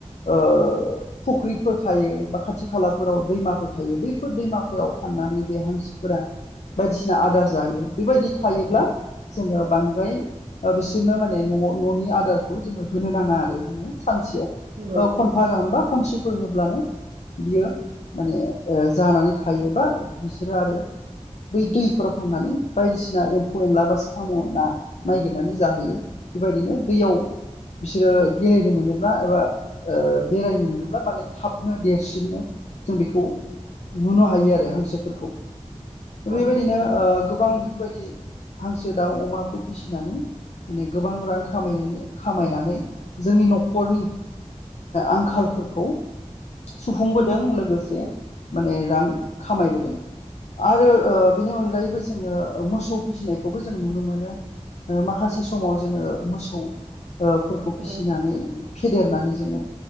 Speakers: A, on the left; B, on the right.
A: ओ फुख्रिफोर थायो बा खाथि खालाफोराव दैमाफोर थायो बैफोर दैमाफोराव थांनानै बे हांसोफोरा बायदिसिना आदार जाहैयो बेबायदि थायोब्ला जोङो बांद्राय बिसोरनो माने न' न'नि आदार जोङो होनो नाङा आरो जोङो सानसेयाव
B: नंगौ
A: खनफा गाहाम बा खनसेफोर होब्लानो बियो माने ओ जानानै थायोबा बिसोरो आरो बै दैफोराव थांनानै बायदिसिना एम्फौ एनला बा साम' ना नागिरनानै जाहोयो बेबायदिनो दैयाव बिसोरो गेलेनो मोनोब्ला एबा ओ बेरायनो मोनोब्ला माने थाबनो देरसिननो जों बेखौ नुनो हायो आरो हांसोफोरखौ
B: औ
A: बेबायदिनो ओ गोबां बेफोरबायदि हांसो दाउ अमाखौ फिसिनानै माने गोबां रां खा खामायनोनै खामायनानै जोंनि न'खरनि आंखालफोरखौ सुफुंबोदों लोगोसे माने रां खामायबोदों आरो बिनि अनगायैबो जोङो मोसौ फिसिनायखौबो जों नुनो मोनो ओ माखासे समाव जोङो मोसौ ओ फोरखौ
B: नंगौ
A: फिसिनानै फेदेरनानै जोङो